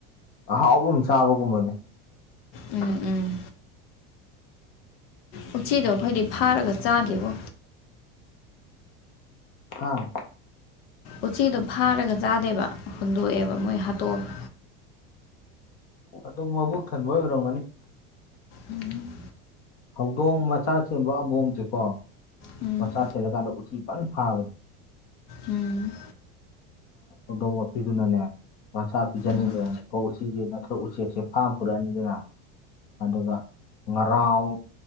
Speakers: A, on the left; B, on the left.
A: ꯑꯍꯥꯎꯕꯨꯝ ꯆꯥꯕꯒꯨꯝꯕꯅꯦ
B: ꯎꯝ ꯎꯝ ꯎꯆꯛꯆꯤꯗꯣ ꯑꯩꯈꯣꯏꯗꯤ ꯐꯥꯔꯒ ꯆꯥꯗꯦꯕꯣ
A: ꯑ
B: ꯎꯆꯤꯗꯣ ꯐꯥꯔꯒ ꯆꯥꯗꯦꯕ ꯍꯨꯟꯗꯣꯛꯑꯦꯕ ꯃꯣꯏ ꯍꯥꯇꯣꯛꯑ
A: ꯑꯗꯨꯗꯣ ꯃꯣꯏꯕꯨꯛ ꯈꯟꯕ ꯑꯣꯏꯕꯔꯣꯒꯅꯤ
B: ꯎꯝ
A: ꯍꯧꯗꯣꯡ ꯃꯆꯥ ꯁꯦꯝꯕ ꯑꯕꯣꯝꯁꯦꯀꯣ
B: ꯎꯝ
A: ꯑꯣꯆꯥꯔꯁꯤ ꯂꯒꯥꯣ ꯎ ꯎꯆꯤ ꯄ ꯐꯥꯕ
B: ꯎꯝ
A: ꯑꯗꯣꯡ ꯄꯤꯗꯨꯅꯅꯦ ꯃꯆꯥ ꯄꯤꯖꯅꯤꯡꯗꯅꯣ
B: ꯎꯝ
A: ꯎꯆꯁ ꯅꯠꯇ꯭ꯔꯒ ꯎꯆꯦꯛꯁꯦ ꯐꯥꯝ ꯄꯨꯔꯛꯑꯅꯤꯗꯅ ꯑꯗꯨꯒ ꯉꯔꯥꯎ